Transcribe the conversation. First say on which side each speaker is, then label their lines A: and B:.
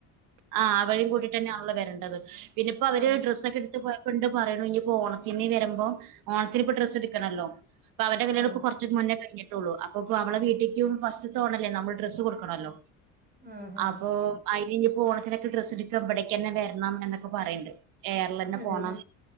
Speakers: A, on the right (about 80°); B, on the right (about 30°).
A: ആഹ് അവഴേ കൂട്ട്ന്നാണല്ലോ വരേണ്ടത് പിന്നെപ്പൊ അവര്
B: ആഹ്
A: ഡ്രസ്സ് ഒക്കെ എടുത്ത് പോയപ്പോ ഇണ്ട് പറയുന്നെ ഇഞ്ഞ് ഓണത്തിന് വരുമ്പോ ഓണത്തിന് ഇപ്പൊ ഡ്രസ്സ് എടുക്കണല്ലോ അപ്പൊ അവരുടെ കല്യാണം
B: ആഹ്
A: കുറച്ച് - കുറച്ച് മുന്നേ കഴിഞ്ഞിട്ടുള്ളൂ അപ്പോ ഇപ്പൊ അവളുടെ വീട്ടേക്കും ഫസ്റ്റ് ത്തെ ഓണമല്ലേ അപ്പോ നമ്മൾ ഡ്രസ്സ് കൊടുക്കണമല്ലോ
B: ആഹ് ആഹ്
A: അപ്പൊ അതിന് ഇനിപ്പോ ഓണത്തിനൊക്കെ ഡ്രസ്സ് എടുക്ക ഇവിടേക്ക്‌ തന്നെ വരണം എന്നൊക്കെ പറയണ്ട് എ ആ റിൽ തന്നെ
B: അതെല്ലേ
A: പോണം